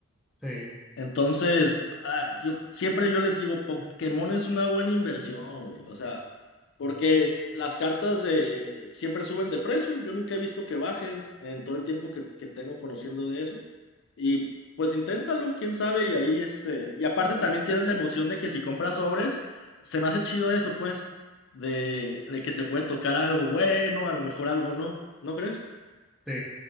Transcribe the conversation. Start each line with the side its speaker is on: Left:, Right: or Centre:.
Centre: Sí.
Left: Entonces, ah, yo siempre yo les digo, Pokémon
Centre: Sí,
Left: es una buena inversión, güey. O sea, porque las cartas de siempre suben de precio. Yo nunca he visto que bajen en todo el tiempo que, que tengo conociendo de eso. Y pues inténtalo, quién sabe, y ahí este. Y aparte también tienes la emoción de que si compras sobres, se me hace chido eso, pues, de, de que te puede tocar algo bueno, a lo mejor algo no. ¿No crees?
Centre: sí.